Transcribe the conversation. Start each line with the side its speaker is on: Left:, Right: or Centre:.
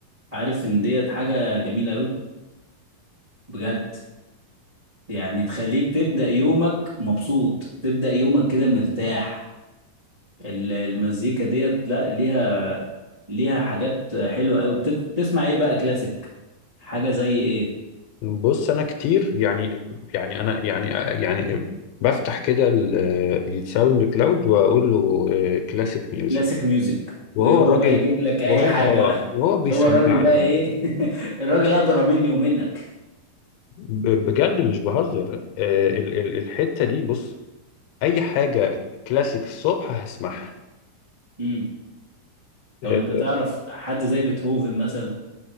Right: عارف ان ديت حاجة جميلة قوي بجد يعني تخليك تبدأ يومك مبسوط تبدأ يومك كده مرتاح ال- المزيكا ديت لا ليها ليها حاجات حلوه قوي بتسمع ايه بقى كلاسيك حاجه زي ايه
Left: بص انا كتير يعني يعني انا يعني يعني بفتح كده ال- الساوند كلاود واقول له كلاسيك ميوزك
Right: كلاسيك ميوزك
Left: وهو
Right: وهو
Left: الراجل
Right: بقى يجيب لك اي
Left: وهو
Right: حاجه بقى
Left: اه وهو
Right: <laughs>
Left: بيسمعني
Right: هو الراجل بقى ايه <laughs> الراجل اقدر مني ومنك
Left: ب- بجد مش بهزر آه، ال- ال- الحتة دي بص اي حاجة كلاسيك الصبح هسمعها
Right: امم طب
Left: آه،
Right: انت تعرف حد زي بيتهوفن مثلا